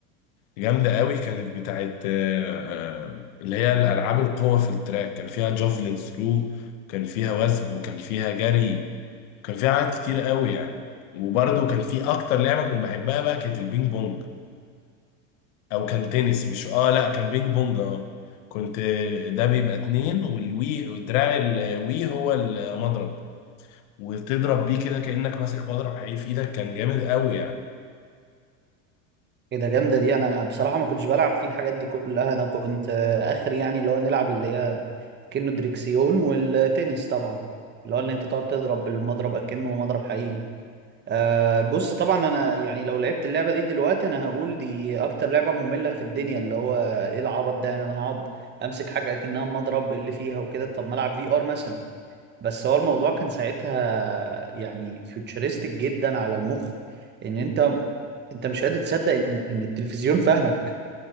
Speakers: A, on the left (about 65°); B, on the right (about 25°).
A: جامدة قوي كانت بتاعت آه، آه، اللي هي الألعاب القوة في التراك كان فيها جافلين ثرو وكان فيها وثب وكان فيها جري وكان فيها حاجات كتير قوي يعني وبرده كان في أكتر لعبة كنت بحبها بقى كانت البينج بونج أو كان تنس مش آه لأ كان بينج بونج آه كنت آه، ده بيبقى اتنين والوي ودراع الوي هو المضرب وتضرب بيه كده كأنك ماسك مضرب حقيقي في إيدك كان جامد قوي يعني
B: ايه ده جامده دي انا بصراحه ما كنتش بلعب فيه الحاجات دي كلها انا كنت آه، اخر يعني اللي هو نلعب اللي هي كأنه دريكسيون والتنس طبعا اللي هو ان انت تقعد تضرب بالمضرب اكنه مضرب حقيقي أه بص طبعا انا يعني لو لعبت اللعبه دي دلوقتي انا هقول دي اكتر لعبه ممله في الدنيا اللي هو ايه العبط ده يعني انا هقعد امسك حاجه اكنها مضرب إيه اللي فيها وكده طب ما العب في ار مثلا بس هو الموضوع كان ساعتها يعني فيوتشرستك جدا على المخ ان انت انت مش قادر تصدق ان ان التلفزيون فاهمك